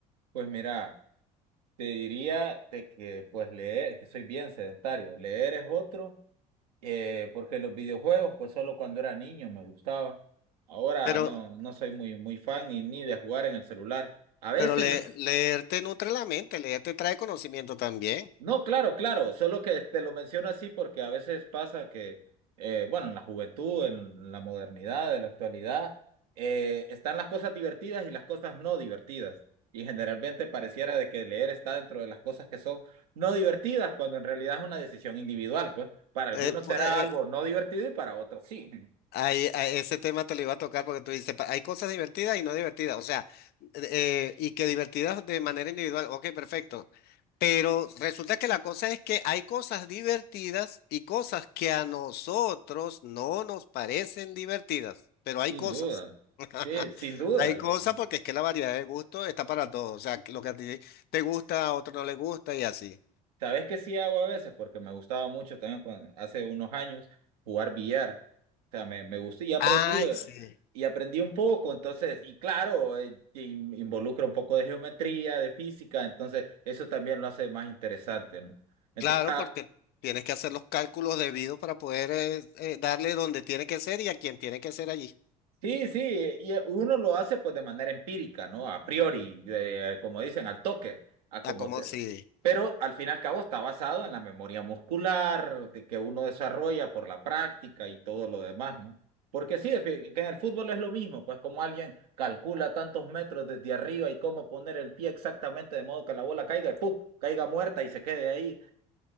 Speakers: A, on the right; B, on the left.
A: Pues mira, te diría de que pues leer, es que soy bien sedentario. Leer es otro, eh, porque los videojuegos, pues solo cuando era niño me gustaban. Ahora
B: Pero,
A: no, no soy muy, muy fan ni, ni de jugar en el celular. A veces
B: pero le-
A: lo-
B: leer te nutre la mente, leer te trae conocimiento también.
A: No, claro, claro, solo que te lo menciono así porque a veces pasa que, eh, bueno, en la juventud, en la modernidad, en la actualidad, eh, están las cosas divertidas y las cosas no divertidas. Y generalmente pareciera de que leer está dentro de las cosas que son no divertidas, cuando en realidad es una decisión individual, pues para algunos
B: Eh, pu-
A: será
B: eh,
A: algo no divertido y para otros sí,
B: Ahí- a ese tema te lo iba a tocar porque tú dices, pa- hay cosas divertidas y no divertidas, o sea, eh, y que divertidas de manera individual, ok, perfecto, pero resulta que la cosa es que hay cosas divertidas y cosas que a nosotros no nos parecen divertidas,
A: <laughs>
B: pero
A: sin
B: hay cosas.
A: duda,
B: <laughs>
A: sí, sin duda.
B: Hay cosas
A: sin duda.
B: porque es que la variedad de gusto está para todos, o sea, lo que a ti te gusta, a otro no le gusta y así.
A: ¿Sabes qué sí hago a veces? Porque me gustaba mucho también cuando- hace unos años jugar billar. O sea, me, me gustó y aprendí,
B: Ay,
A: eh,
B: sí.
A: y aprendí un poco. Entonces, y claro, eh, in- involucra un poco de geometría, de física. Entonces, eso también lo hace más interesante, ¿no? Entonces,
B: Claro,
A: a-
B: porque tienes que hacer los cálculos debidos para poder eh, eh, darle donde tiene que ser y a quien tiene que ser allí.
A: Sí, sí, y eh, uno lo hace pues de manera empírica, ¿no? A priori, de- como dicen, al toque, a como
B: A como
A: te-
B: sí,
A: pero al fin y al cabo está basado en la memoria muscular de que uno desarrolla por la práctica y todo lo demás, ¿no? Porque sí, defi- que en el fútbol es lo mismo, pues como alguien calcula tantos metros desde arriba y cómo poner el pie exactamente de modo que la bola caiga y ¡puf! caiga muerta y se quede ahí